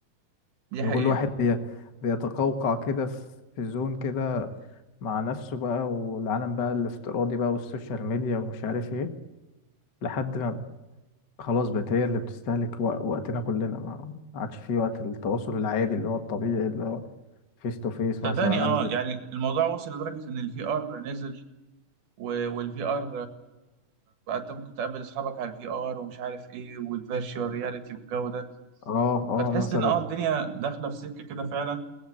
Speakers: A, on the right; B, on the left.
A: دي
B: لما
A: حقيقه
B: كل واحد بي بيتقوقع كده في في زون كده مع نفسه بقى والعالم بقى الافتراضي بقى والسوشيال ميديا ومش عارف ايه لحد ما خلاص بقت هي اللي بتستهلك وق- وقتنا كلنا ما عادش في وقت التواصل العادي اللي هو الطبيعي اللي هو فيس تو فيس
A: صدقني
B: مثلا
A: اه
B: انزل
A: يعني الموضوع وصل لدرجة ان الفي ار نزل والفي ار بقى انت ممكن تقابل اصحابك على الفي ار ومش عارف ايه والفيرتشوال رياليتي والجو ده
B: اه اه
A: فتحس
B: مثلا
A: ان اه الدنيا داخلة في سكة كده فعلا